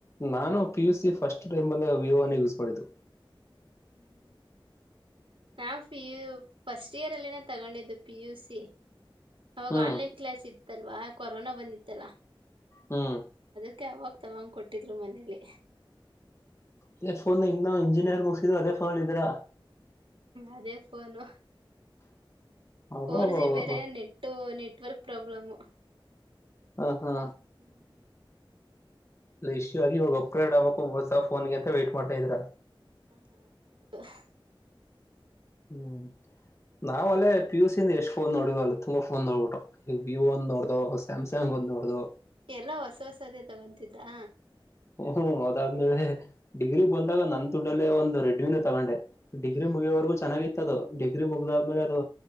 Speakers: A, on the left (about 30°); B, on the right (about 75°).
A: ನಾನು ಪಿ ಯುಸಿ ಫಸ್ಟ್ ಟೈಮ್ ಅ ವಿವೋನ ಯೂಸ್ ಮಾಡಿತು
B: ಹ್ಮ ನಾ ಪಿ ಯು ಫಸ್ಟ್ ಇಯರ್ ಅಲ್ಲಿನೆ ತಗೊಂಡಿದ್ದು ಪಿ ಯು ಸಿ ಅವಾಗ
A: ಹ್ಮ್
B: ಆನ್ಲೈನ್ ಕ್ಲಾಸ್ ಇ ತ್ತಲ್ವಾ ಕೊರೋನಾ ಬಂದಿತ್ತಲ್ಲ
A: ಹ್ಮ್
B: ಕ್ಕೆ ಯಾವಾಗ ತಗಂಗ್ ಕೊಟ್ಟಿದ್ರು ಮನೇಲಿ
A: ಅದ ಫೋನ್ ಇನ್ನ ಇಂಜಿನಿಯರ್ ಮುಗಸಿದ್ರು ಅದೇ ಫೋಲ್ ಇದ್ರಾ
B: ಅದೇ ಪನು <unintelligible>
A: ಅಬ್ಬಬ್ಬಬ್ಬ
B: ಫೋರ್ ಜಿ ಬೇರೆ ನೆಟ್ಟು ನೆಟ್ ವರ್ಕ್ ಪ್ರಾಬ್ಲಮು
A: ಹಾ
B: <inaudible>
A: ಹಾ ಇಲ್ಲ ಇಶ್ಯೂ ಆಗಿ ಇವಾಗ ಒಪ್ರೇಡ್ ಆಗ್ಬೇಕುಸ ಫೋನ್ಗೆ ಅಂತ ವೈಟ್ ಮಾಡ್ತಾ ಇದ್ರ
B: <inaudible>
A: ಹ್ಮ್ ನಾವ್ಲ್ಲೇ ಪಿಯ ಯುಸಿಂದ ಎಷ್ಟ್ ಫೋನ್ ನೋಡ್ ಅಲ್ಲ ತುಂಬಾ ಫೋನ್ ನೋಡ್ಬಿಟ್ಟು ವ್ಯೂ ಒಂದ ನೋಡ್ದ <unintelligible> ಸಾಮಸಂಗ್ ಒಂದುಬಡದು
B: ಎಲ್ಲಾ ಹೊಸ ಹೊಸದೇ ತಗೊಂತಿದ್ರಾ
A: ಹ್ಮ್ ಅದಾದ್ಮೇಲೆ ಡಿಗ್ರಿ ಬಂದಾಗ ನನ್ ದುಡ್ಡಲ್ಲೇ ಒಂದು ರೆಡ್ನೂ ತಗೊಂಡೆ ಡಿಗ್ರಿ
B: ಹ್ಮ್
A: ಮುಗಿಯುವವರೆಗೂ ಚೆನ್ನಾಗಿತ್ತು ಅದು ಡಿಗ್ರಿ ಮುಗ್ದ
B: ಹ್ಮ್
A: ಮಲೆ ಅದು